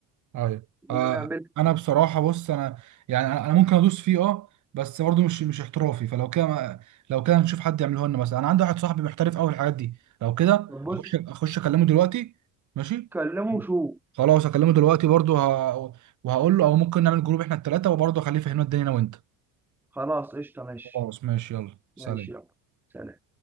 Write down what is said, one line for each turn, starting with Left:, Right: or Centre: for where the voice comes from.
Right: ايوه آه
Centre: ونعمل
Right: انا بصراحه بص انا يعني انا أنا ممكن ادوس فيه اه بس برضه مش مش احترافي فلو كده ما- لو كده نشوف حد يعمله لنا مثلا انا عندي واحد صاحبي محترف قوي في الحاجات دي لو كده
Centre: طب بص
Right: اخش اخش اكلمه دلوقتي ماشي
Centre: كلمه وشوف
Right: خلاص اكلمه دلوقتي برضه ه... وهقول له او ممكن نعمل جروب احنا الثلاثه وبرضه اخليه يفهمنا الدنيا انا وانت
Centre: خلاص قشطه ماشي
Right: خلاص ماشي يلا سلام
Centre: ماشي يلا سلام